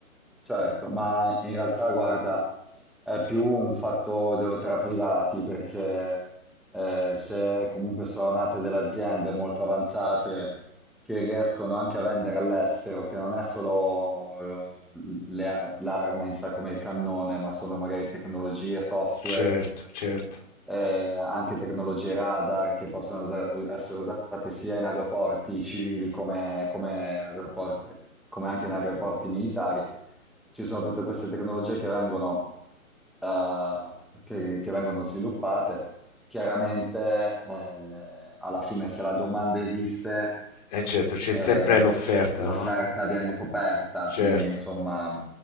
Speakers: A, in the centre; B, on the left (about 30°).
A: Certo, ma in realtà guarda, è più un fatto de- tra privati perché eh, se comunque sono nate delle aziende molto avanzate che riescono anche a vendere all'estero, che non è solo lo- le- a- l'arma in sé come il cannone, ma sono magari tecnologie, software
B: Certo, certo,
A: eh, anche tecnologie radar che possono usa- essere usate sia in aeroporti civili come, come aeroporti- come anche in aeroporti militari. Ci sono tutte queste tecnologie che vengono, eh, che, che vengono sviluppate. Chiaramente, eh, alla fine, se la domanda esiste,
B: eh, certo, c'è
A: eh,
B: sempre l'offerta,
A: l'offerta
B: no?
A: viene coperta, quindi
B: Certo,
A: insomma